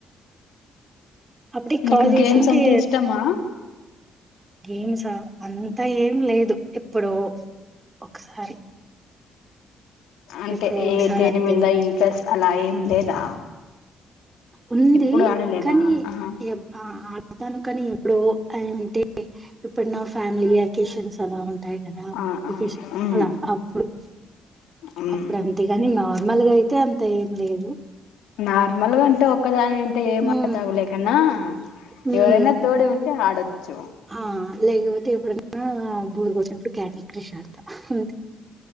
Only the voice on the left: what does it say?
నీకు
గేమ్స్ అంటే ఇష్టమా
అంటే
దేని
మీద ఇంట్రెస్ట్ అలా ఏం లేదా
ఎప్పుడు ఆడలేదా
ఆహా
ఆ
ఆ ఉమ్
ఉమ్
నార్మల్ గా అంటే ఒక్కదానివి అంటే ఏ
మాతాగులేకన్నా
ఇవరైనా తోడి ఉంటే ఆడచ్చు